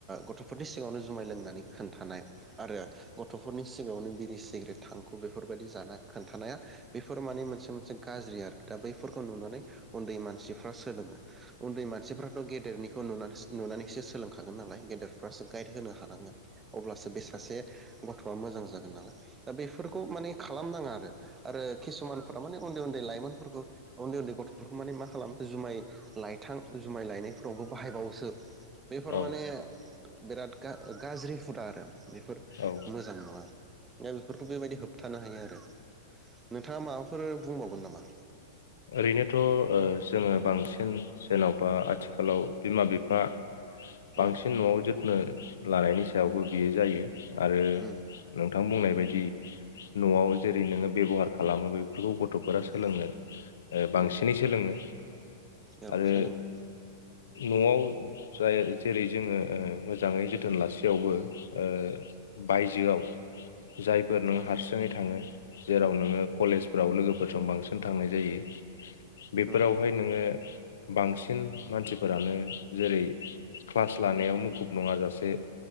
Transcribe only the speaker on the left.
औ
औ
ओरैनोथ' ओ जोङो
बांसिन जेनबा आथिखालाव बिमा बिफा बांसिन
न'आव जोथनो लानायनि सायावबो बियो जायो। आरो
नोंथां बुंनाय बायदि न'आव जेरै नोङो बेबहार खालामो बेफोरखौ गथफोरा
सोलोंनो बांसिनै
सोलोङो
आरो
नआव जाय जेरै जोङो ओ मोजाङै जोथोन लासेयावबो ओ बायजोआव जायफोर नों
हारसिङै थाङो जेराव नोङो कलेजफ्राव लोगो- <unintelligible> बांसिन थांनाय जायो बेफोरावहाय
नोङो बांसिन मानसिफोरानो जेरै क्लास लानायाव मुखुब नङाजासे